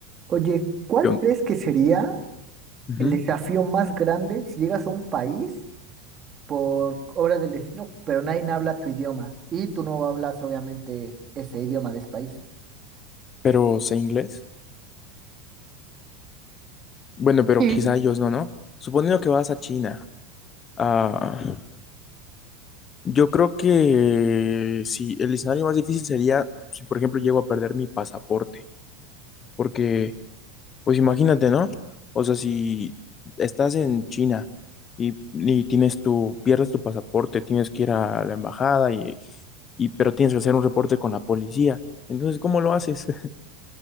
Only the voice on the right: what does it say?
Oye, ¿cuál
crees que sería
el desafío más grande si llegas a un país por obra del destino, pero nadie habla tu idioma y tú no hablas obviamente ese idioma de ese país?
Sí.